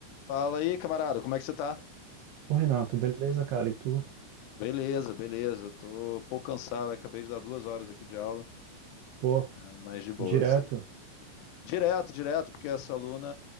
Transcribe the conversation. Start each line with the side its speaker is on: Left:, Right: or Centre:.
Left: Fala aí, camarada, como é que você tá?
Right: Ô Renato, beleza, cara? E tu?
Left: Beleza, beleza. Tô um pouco cansado, acabei de dar duas horas aqui de aula,
Right: Pô,
Left: mas de boas.
Right: direto?
Left: Direto, direto, porque essa aluna,